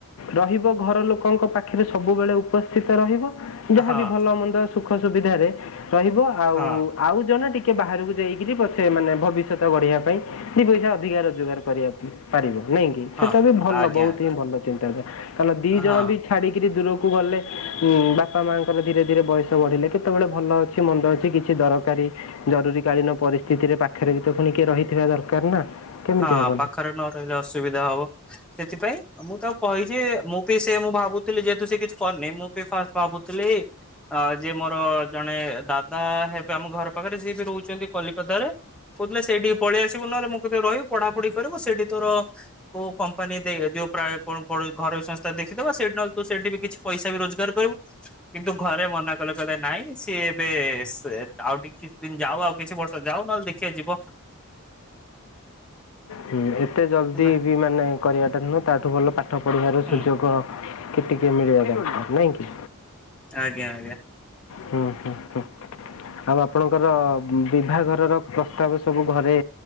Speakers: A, on the left; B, in the centre.
A: ରହିବ ଘର ଲୋକଙ୍କ ପାଖରେ ସବୁବେଳେ ଉପସ୍ଥିତ ରହିବ। ଯାହାବି
B: ହଁ
A: ଭଲ ମନ୍ଦ ସୁଖ ସୁବିଧାରେ ରହିବ ଆଉ,
B: ହଁ
A: ଆଉ ଜଣେ ଟିକେ ଟିକେ ବାହାରକୁ ଯାଇକିରି ପଛେ ମାନେ ଭବିଷ୍ୟତ ଗଢିବା ପାଇଁ ଛି ପଇସା ଅଧିକା ରୋଜଗାର କରିବା ପାରିବ ନାଇଁ କିି
B: ହଁ
A: ସେଇଟା ବି ଭଲ
B: ଆଜ୍ଞା
A: ବହୁତ
B: ଆଜ୍ଞା
A: ହିଁ ଭଲ ଚିନ୍ତାଧାରା ତାଲ ଦି
B: ହଁ।
A: ଜଣ ବି ଛାଡିକିରି ଦୂରକୁ କୁ ଗଲେ ବାପା ମାଙ୍କର ଧୀରେ ଧୀରେ ବୟସ ବଢିଲେ କେତେବେଳେ ଭଲ ଅଛି ମନ୍ଦ ଅଛି କିଛି ଦରକାରୀ ଜରୁରୀ କାଳୀନ ପରିସ୍ଥିତିରେ ପାଖରେ ବି ତ ପୁଣି କିଏ ରହିଥିବା ଦରକାର ନା। କେମିତି
B: ହଁ
A: ହବ
B: ପାଖରେ ନ ରହିଲେ ଅସୁବିଧା ହବ ସେଥିପାଇଁ ମୁଁ ତାକୁ କହିଚି ମୁଁ ତେ ସେ ମୁଁ ଭାବୁଥିଲି ଯେହେତୁ ସେ କିଛି କରିନି ମୁଁ ବି ଫାଷ୍ଟ ଭାବୁଥିଲି ଅ ଯେ ମୋର ଜଣେ ଦାଦା ହେବେ ଆମ ଘର ପାଖରେ ସିଏ ବି ରହୁଚନ୍ତି କଲିକତାରେ। କହୁଥିଲେ ସେଠି ପଳେଇ ଆସିବୁ ନହେଲେ ମୁଁ ରହିବୁ ପଢାପଢି କରିବୁ ସେଠି ତୋ କୋଉ କମ୍ପାନୀ ଦେଇ ଯୋଉ ପ୍ରାୟ ଘରୋଇ ସଂସ୍ଥା ଦେଇ ଦେଖିଦବ ସେଠି ନହେଲେ ତୁ ସେଠି ବି କିଛି ପଇସା ବି ରୋଜଗାର କରିବୁ କିନ୍ତୁ ଘରେ ମନା କଲେ କହିଲେ ନାଇଁ ସିଏ ଏବେ ଏ ସେ ଆଉ ଟିକେ କିଛି ଦିନ ଯାଉ ଆଉ କିଛି ବର୍ଷ ଯାଉ ନହେଲେ ଦେଖିଆ ଯିବ।
A: ହୁଁ ଏତେ ଜଲଦି
B: ହେଲା
A: ବି ମାନେ କରିବାଟା ନୁହଁ ତାଠୁ ଭଲ ପା ପାଠ ପଢିବାର
B: ହୁଁ
A: ସୁଯୋଗ କେ ଟିକେ ମିଳିବା ଦରକାର ନାଇଁ କି
B: ଆଜ୍ଞା ଆଜ୍ଞା।
A: ହୁଁ ହୁଁ ହୁଁ ଆଉ ଆପଣଙ୍କର ବିଭାଘରର ପ୍ରସ୍ତାବ ସବୁ ଘରେ